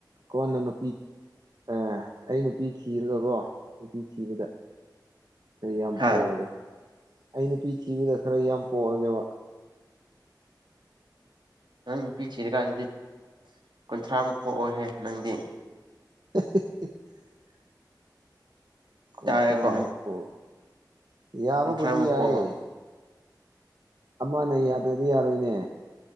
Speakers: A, on the right (about 60°); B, on the right (about 80°).
A: ꯀꯣꯟꯅ ꯅꯨꯄꯤ ꯑꯥ ꯑꯩ ꯅꯨꯄꯤ ꯊꯤ ꯊꯤꯔꯒꯀꯣ ꯅꯨꯄꯤ ꯊꯤꯕꯗ ꯑꯩ ꯌꯥꯝ
B: ꯍꯥ
A: ꯄꯣꯛꯑꯒꯦ ꯑꯩ ꯅꯨꯄꯤ ꯊꯤꯕꯗ ꯈꯔ ꯌꯥꯝ ꯄꯣꯛꯑꯒꯦꯕ
B: ꯅꯪ ꯅꯨꯄꯤ ꯊꯤꯔꯀꯥꯟꯗꯗꯤ ꯀꯨꯟꯊ꯭ꯔꯥ ꯃꯨꯛ ꯄꯣꯛꯑꯣ ꯍꯦ ꯅꯪꯗꯤ
A: <unintelligible> ꯀꯨꯟꯊ꯭ꯔꯥ
B: ꯇꯥꯏꯌꯦꯀꯣ
A: ꯑꯃꯨꯛ ꯄꯣꯛ ꯌꯥꯕꯕꯨꯗꯤ
B: ꯀꯨꯟꯊ꯭ꯔꯥꯃꯨꯛ
A: ꯌꯥꯏ
B: ꯄꯣꯛꯑꯣ
A: ꯑꯃꯅ ꯌꯥꯗ꯭ꯔꯗꯤ ꯌꯥꯔꯣꯏꯅꯦ